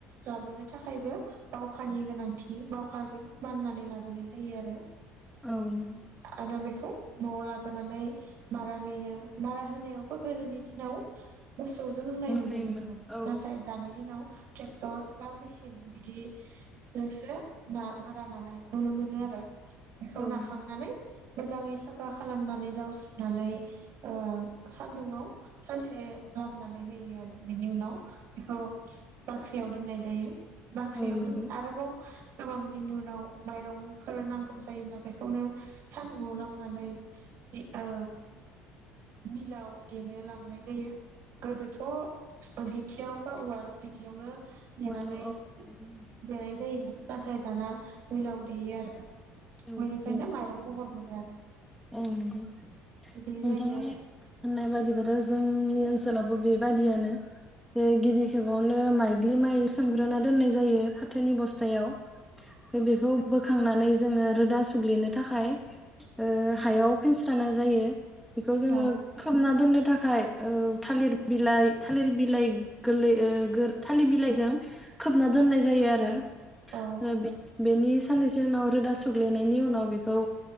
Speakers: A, on the right (about 55°); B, in the centre.
A: लाबोनो थाखायबो बावखानि गोनांथि बावखाजों बाननानै लाबोनाय जायो आरो
B: औ
A: आरो बेखौ न'आव लाबोनानै मारा होयो मारा होनायावबो गोदोनि दिनाव मोसौजों होनाय नुनो
B: हायोमोन
A: मोनोमोन
B: औ
A: नाथाय दानि दिनाव ट्रेक्टर बा मेसिन बिदिजोंसो ना मारा नानाय नुनो मोनो आरो बिखौ
B: औ
A: नाखांनानै
B: नंगौ
A: मोजाङै साफा खालामनानै जावस्रुनानै ओ सानदुंङआव सानसे लामनानै होयो आरो बेनि उनाव बेखौ बाख्रिआव दोननाय जायो। बाख्रियाव
B: औ नंगौ
A: दोन आरोबाव गोबां बिनि उनाव माइरंफोर नांगौ जायोब्ला बेखौनो सान्दुंआव लामनानै दि ओ मिलाव देनो लांनाय जायो गोदोथ' दिंखियाव बा उवाल बिदियावनो
B: उवालाव
A: देनानै
B: औ देनाय
A: देनाय जायोमोन नाथाय उलाव देयो आरो
B: जायोमोन
A: बेनिफ्रायनो माइरं महर मोनो आरो <inaudible>
B: औ नंगौ
A: बिदि
B: नोंथांनि
A: जायो आरो
B: होननाय बादिब्लाथ' जोंनि ओनसोलाव बेबादियानो जे गिबि खेबावनो माइग्लि माइ सोमग्रोना दोननाय जायो फाथोनि बस्थायाव बे बेखौ बो खांनानै जोङो रोदा सुग्लिनो थाखाय ओ हायाव फेनस्राना जायो बेखौ जोङो
A: औ
B: खोबना दोननो थाखाय ओ थालिर बिलाइ थालिर बिलाइ गोरलै ओ गोर थालिर बिलाइजों खोबना दोननाय जायो आरो
A: औ
B: ओ बि बेनि सान्नैसो उनाव रोदा सुग्लेनायनि उनाव बेखौ